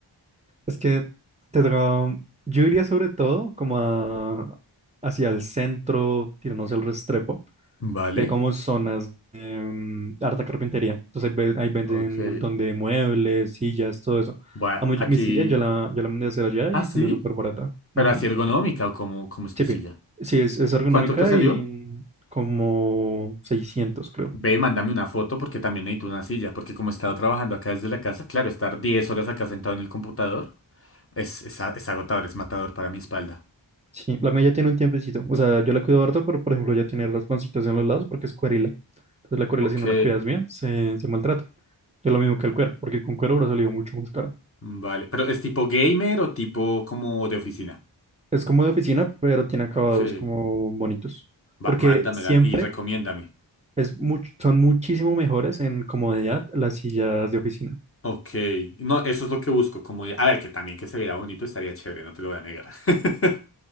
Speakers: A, on the right; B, on the left.
A: Es que te toca- Yo iría sobre todo como a- hacia el centro, tirándose al Restrepo.
B: ¿Vale?
A: que Hay como zonas de mm, harta carpintería. Entonces ahí, ve- ahí venden
B: Ok.
A: un montón de muebles, sillas, todo eso.
B: Bueno,
A: Amo,
B: aquí.
A: yo- mi silla yo la, yo la mandé a hacer allá
B: Ah,
A: y
B: sí,
A: salió súper barata.
B: pero
A: Ujú.
B: así ergonómica o cómo, cómo es tu
A: Chipi.
B: silla.
A: Sí, es, es ergonómica
B: ¿Cuánto te salió?
A: y mm, como 600 creo.
B: Ve, mándame una foto porque también necesito una silla. Porque como he estado trabajando acá desde la casa, claro, estar 10 horas acá sentado en el computador es, es, a- es agotador, es matador para mi espalda.
A: Sí, la mía ya tiene un tiempecito. O sea, yo la cuido harto, pero por ejemplo ya tiene rasponcitos en los lados porque es cuerila. Entonces la cuerila
B: Ok.
A: si no la cuidas bien, se, se maltrata. Es lo mismo que el cuero, porque con cuero habrá salido mucho más cara.
B: Vale. ¿Pero es tipo gamer o tipo como de oficina?
A: Es como de oficina, pero tiene acabados
B: Ok.
A: como bonitos. Porque
B: Va, mándamela
A: siempre
B: y recomiéndame.
A: es much- son muchísimo mejores en comodidad las sillas de oficina.
B: Ok, no, eso es lo que busco, como, a ver, que también que se viera bonito estaría chévere, no te lo voy a negar. <laughs>